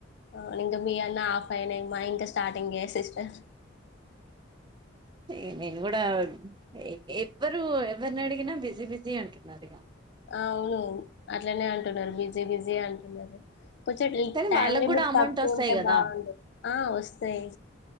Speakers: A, on the left (about 60°); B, on the right (about 25°).
A: అవును ఇంక మీ అన్న ఆఫ్ అయినయ్ మా ఇంకా స్టార్టింగె సిస్టర్
B: ఈ నేను కూడా ఎ ఎవ్వరు ఎవరిని అడిగినా బిజీ బిజీ అంటున్నారు ఇగ
A: అవును అట్లనే అంటున్నారు బిజీ బిజీ అం ఎల్లరు కొంచం లీ
B: కానీ
A: టైమ్
B: వాళ్ళకు
A: లిమిట్
B: కూడా అమౌంట్
A: తక్కువ
B: వస్తాయి
A: ఉంటే
B: కదా
A: బాగుండు ఆ వస్తాయి